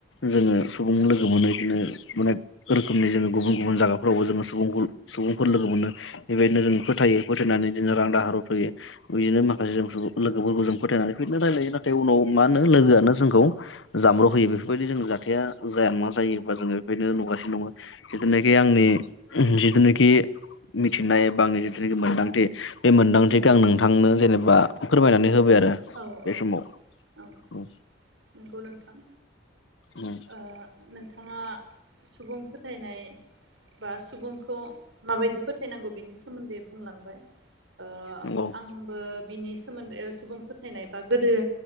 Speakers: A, on the left; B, on the right.
A: जोंङो सुबुं लोगो मोनो इदिनो अनेक रोखोमनि जोंङो गुबुन गुबुन जागा फोरावबो जोंङो सुबुं-सुबुंफोर लोगो मोनो बेबायदिनो जों फोथायो फोथायनानै बिदिनो रां दाहार हरथ'यो बिदिनो माखासे जों लोगोफोरखौ जों फोथायनानै <unintelligible> रायलायो नाथाय उनाव मा होनो लोगोआनो जोंखौ जामब्र' होयो बेफोरबायदि जों जाथाया जाया नङा जायो बा जोंङो। बेनो नुगासिनो दंङ जिथुनाखि आंनि जिथुनाखि मिथिनाय एबा आंनि जिथुनाखि मोन्दांथि बे मोनदांथिखो आं नोंथांनो जेनेबा फोरमायनानै होबाय आरो
B: औ
A: बे
B: औ
A: समाव
B: औ
A: उम
B: नंगौ नोंथां
A: उम
B: ओ नोंथाङा सुबुं फोथायनाय बा सुबुंखौ माबायदि फोथायनांगौ बेनि सोमोन्दै बुंलांबाय ओ
A: नंगौ नंगौ
B: आंबो बिनि सोमोन्दै सुबुं फोथायनाय बा गोदो